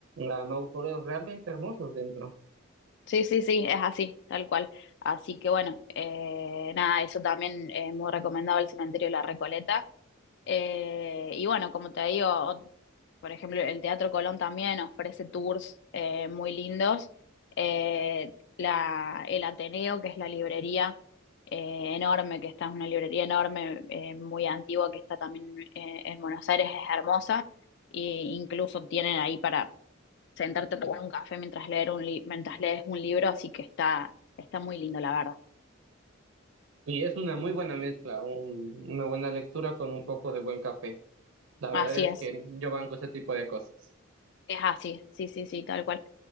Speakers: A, on the right; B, on the left.
A: ah, mausoleos realmente hermosos dentro.
B: Sí, sí, sí, es así, tal cual. Así que bueno, eh, nada, eso también es muy recomendado el cementerio de la Recoleta. Eh, y bueno, como te digo, ot- por ejemplo, el Teatro Colón también ofrece tours eh, muy lindos. Eh, la, el Ateneo, que es la librería eh, enorme, que está es una librería enorme, eh, muy antigua, que está también eh, en Buenos Aires, es hermosa. E incluso tienen ahí para sentarte a tomar un café mientras leer un li- mientras lees un libro, así que está, está muy lindo, la verdad.
A: Y es una muy buena mezcla, un- una buena lectura con un poco de buen café. La
B: Así
A: verdad es
B: es.
A: que yo banco ese tipo de cosas.
B: Es así, sí, sí, sí, tal cual.